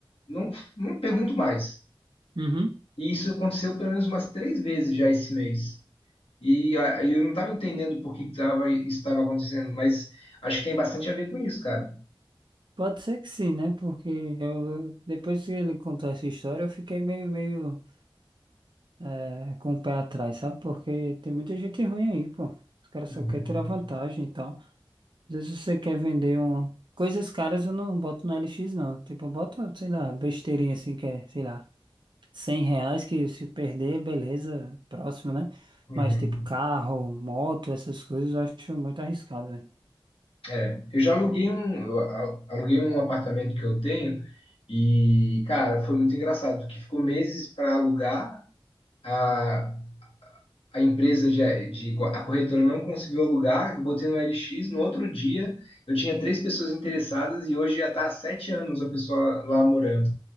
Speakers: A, on the left (about 85°); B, on the right (about 55°).
A: não, não pergunto mais.
B: uhum.
A: E isso aconteceu pelo menos umas três vezes já esse mês. E a- eu não estava entendendo por que que tava, isso estava acontecendo, mas acho que tem bastante a ver com isso, cara.
B: Pode ser que sim, né? Porque eu, eu- depois que ele contou essa história, eu fiquei meio, meio. é, com o pé atrás, sabe? Porque tem muita gente ruim aí, pô. Os caras
A: Uhum.
B: só querem tirar vantagem e tal. Às vezes você quer vender um. Coisas caras eu não boto no LX, não. Tipo, eu boto, sei lá, besteirinha assim, que é, sei lá, 100 reais que se perder, beleza, próximo, né?
A: Uhum.
B: Mas tipo, carro, moto, essas coisas eu acho muito arriscado, velho.
A: É, eu já aluguei um, eu a- aluguei um apartamento que eu tenho e, cara, foi muito engraçado, que ficou meses para alugar. Ah, a empresa de, de- a corretora não conseguiu alugar, eu botei no LX, no outro dia eu tinha três pessoas interessadas e hoje já está há sete anos a pessoa lá morando.